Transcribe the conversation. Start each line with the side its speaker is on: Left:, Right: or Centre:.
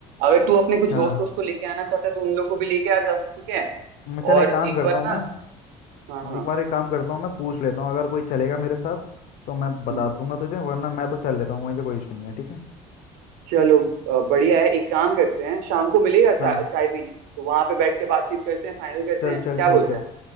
Right: अगर तू अपने कुछ
Left: हाँ
Right: दोस्त उसको लेके आना चाहता है तो उन लोग को भी लेके आ जा ठीक है
Left: मैं चल
Right: और
Left: एक
Right: एक
Left: काम करता
Right: बार
Left: हूँ मैं
Right: ना हाँ हाँ
Left: एक बार एक काम करता हूँ मैं पूछ लेता हूँ अगर कोई चलेगा मेरे साथ तो मैं बता
Right: हम्म,
Left: दूंगा तुझे वरना मैं तो चल लेता हूँ मुझे कोई इशू नहीं है ठीक है
Right: चलो अ, बढ़िया है एक काम करते हैं शाम को मिलेगा चाय
Left: हाँ
Right: चाय पीने तो वहां पे बैठ के बातचीत करते हैं फाइनल करते
Left: चल
Right: हैं
Left: चल
Right: क्या
Left: ठीक
Right: बोलता
Left: है
Right: है